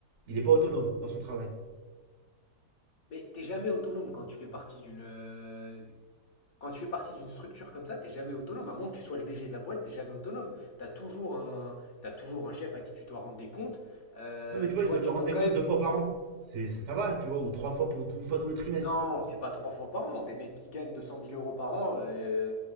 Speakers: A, on the right; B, on the left.
A: Il est pas autonome dans son travail.
B: Mais t'es jamais autonome quand tu fais partie d'une, euh, Quand tu fais partie d'une structure comme ça, t'es jamais autonome. À moins que tu sois le DG de la boîte, t'es jamais autonome. T'as toujours un, t'as toujours un chef à qui tu dois rendre des comptes. Euh,
A: Ouais, mais tu vois,
B: tu
A: je
B: vois,
A: dois lui
B: tu
A: rendre
B: dois
A: des
B: quand
A: comptes
B: même.
A: deux fois par an. C'est, ça, ça va, tu vois, ou trois fois, pour- une fois tous les trimestres.
B: Non, c'est pas trois fois par an. Des mecs qui gagnent 200 000 euros par an euh,